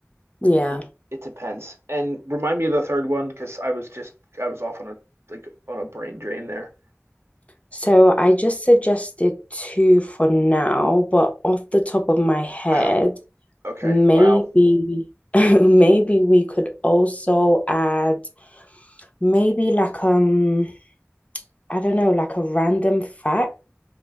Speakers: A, on the left; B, on the right.
A: Yeah.
B: It it depends. And remind me of the third one because I was just I was off on a like on a brain drain there.
A: So I just suggested two for now, but off the top of my head,
B: Wow. Okay.
A: maybe
B: Wow.
A: <laughs> maybe we could also add maybe like um I don't know, like a random fact.